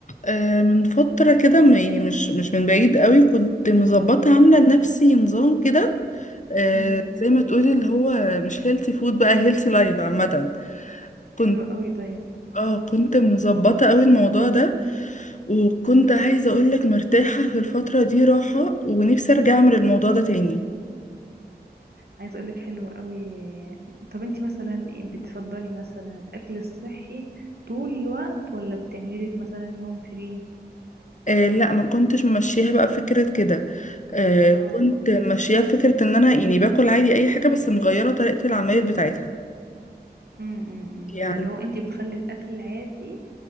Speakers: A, on the left (about 45°); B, on the right (about 70°).
A: آه، من فترة كده م- يعني مش مش من بعيد قوي كنت مظبطة عاملة لنفسي نظام كده آه،
B: مم.
A: زي ما تقولي اللي هو مش هيلثي فود بقى هيلثي لايف عامة كنت
B: حلو قوي طيب
A: اه كنت مظبطة قوي الموضوع ده وكنت عايزة اقولك مرتاحة في الفترة دي راحة ونفسي ارجع اعمل الموضوع ده تاني
B: عايز اقولك حلو قوي طب انتي مثلا إيه، بتفضلي مثلا الاكل الصحي طول الوقت ولا بتعملي لك مثلا يوم فري
A: آه لا ما كنتش ماشياها بقى بفكرة كده آه
B: اه
A: كنت ماشياها بفكرة ان انا يعني باكل عادي اي حاجة بس مغيرة طريقة العمايل بتاعتها
B: امم
A: يعني
B: اللي هو انتي بتخلي الاكل العادي